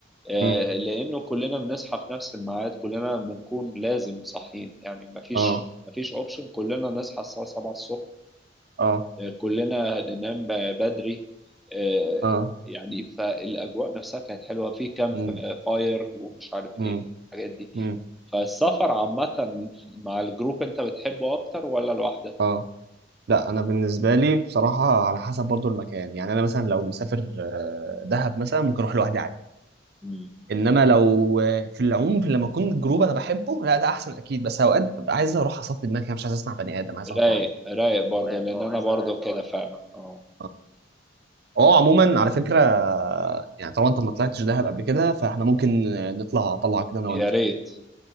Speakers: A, in the centre; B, on the right.
A: مم. آه،
B: امم
A: لأنه كلنا بنصحى في نفس الميعاد كلنا بنكون لازم صاحيين يعني آه. مفيش
B: اه
A: مفيش أوبشن كلنا نصحى الساعة 7 الصبح
B: اه
A: آه، كلنا ننام ب- بدري آه،
B: اه
A: يعني فالأجواء نفسها كانت حلوة في كامب
B: امم
A: فاير ومش عارف
B: امم
A: إيه الحاجات دي
B: امم
A: فالسفر عامة مع الجروب أنت بتحبه أكتر ولا لوحدك؟
B: اه لا انا بالنسبه لي بصراحه على حسب برضو المكان يعني انا مثلا لو مسافر آه، دهب مثلا ممكن اروح لوحدي عادي
A: مم.
B: انما لو آه، في العموم لما اكون جروب انا بحبه لا ده احسن اكيد بس اوقات ببقى عايز اروح اصفي دماغي أنا مش عايز اسمع بني ادم عايز اقعد
A: رايق
B: لوحدي
A: رايق برضه رايق لأن اه أنا عايز عايز برضه اقول كده اقول فعلا اه
B: ده- اه عموما على فكره يعني طالما انت ما طلعتش دهب قبل كده فاحنا ممكن نطلع طلعه كده انا وانت
A: يا ريت